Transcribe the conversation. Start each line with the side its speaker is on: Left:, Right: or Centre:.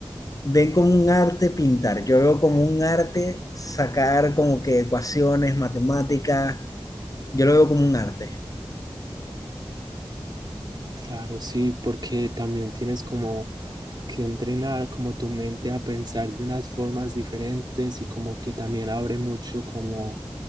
Left: ven como un arte pintar. Yo veo como un arte sacar como que ecuaciones, matemáticas. Yo lo veo como un arte.
Right: Claro, sí, porque también tienes como que entrenar como tu mente a pensar de unas formas diferentes y como que también abre mucho como